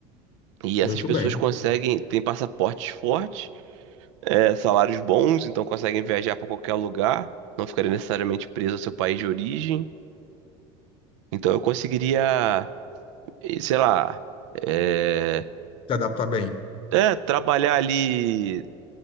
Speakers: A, on the right; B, on the left.
A: E
B: Muito
A: essas pessoas
B: bem.
A: conseguem, têm passaportes fortes, é, salários bons, então conseguem viajar para qualquer lugar, não ficarem necessariamente presos ao seu país de origem. Então eu conseguiria, eh, sei lá, é,
B: Se adapta bem.
A: é, trabalhar ali